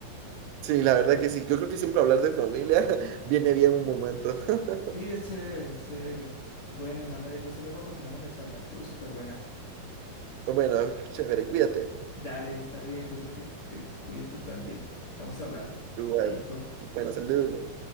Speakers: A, on the right; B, on the left.
A: Sí, la verdad que sí. Yo creo que siempre hablar de familia <laughs> viene bien un momento. <laughs>
B: Sí, es chévere, es chévere. Bueno, Emanuel, entonces luego continuamos la charla, estuvo súper buena.
A: Bueno, chévere, cuídate.
B: Dale, está bien, entonces que, que te cuides tú también. Estamos hablando.
A: Igual.
B: Ahí todo.
A: Bueno, saludos.